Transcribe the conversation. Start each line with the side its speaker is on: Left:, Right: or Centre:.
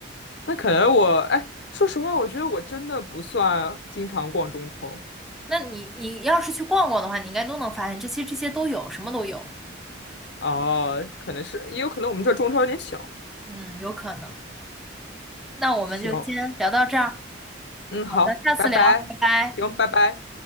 Left: 那可能我，哎，说实话，我觉得我真的不算经常逛中超
Centre: 那你你要是去逛逛的话，你应该都能发现，这些这些都有，什么都有。
Left: 哦，可能是，也有可能我们这中超有点小。
Centre: 嗯，有可能。那我们就先聊到这儿，
Left: 行，嗯，
Centre: 好的，
Left: 好，
Centre: 下次聊，
Left: 拜拜，
Centre: 拜拜。
Left: 行，拜拜。